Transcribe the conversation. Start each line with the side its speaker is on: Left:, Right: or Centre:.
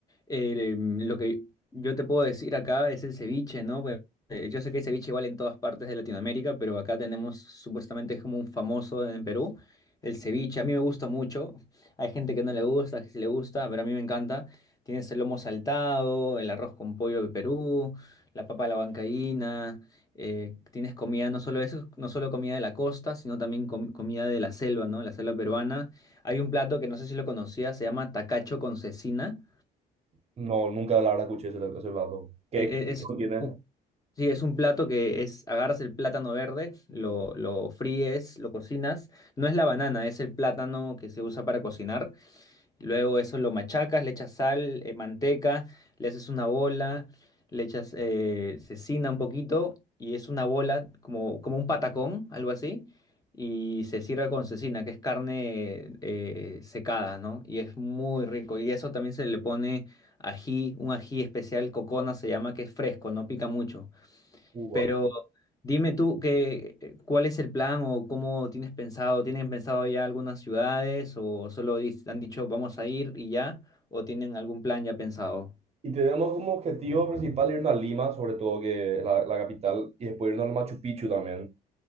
Left: Eh, mm, lo que yo te puedo decir acá es el ceviche, ¿no? Pues, eh, yo sé que el ceviche igual en todas partes de Latinoamérica, pero acá tenemos supuestamente es como un famoso en Perú, el ceviche. A mí me gusta mucho. Hay gente que no le gusta, que sí le gusta, pero a mí me encanta. Tienes el lomo saltado, el arroz con pollo de Perú, la papa a la huancaína. eh, tienes comida, no solo eso, no solo comida de la costa, sino también com- comida de la selva, ¿no? La selva peruana. Hay un plato que no sé si lo conocías, se llama tacacho con cecina
Right: No, nunca la verdad escuché ese, ese plato. ¿Qué,
Left: E- e-
Right: qué opción
Left: Es,
Right: tiene
Left: un, sí, es un plato que es, agarras el plátano verde, lo, lo fríes, lo cocinas. No es la banana, es el plátano que se usa para cocinar. Luego eso lo machacas, le echas sal, eh, manteca, le haces una bola, le echas eh, cecina un poquito y es una bola como, como un patacón, algo así. Y se sirve con cecina, que es carne eh, secada, ¿no? Y es muy rico. Y eso también se le pone ají, un ají especial, cocona se llama, que es fresco, no pica mucho.
Right: Cuba?
Left: Pero dime tú que, cuál es el plan o cómo tienes pensado, ¿tienen pensado ya algunas ciudades o solo dis- han dicho vamos a ir y ya? ¿O tienen algún plan ya pensado?
Right: Y tenemos como objetivo principal irnos a Lima, sobre todo que es la, la capital, y después irnos al Machu Picchu también.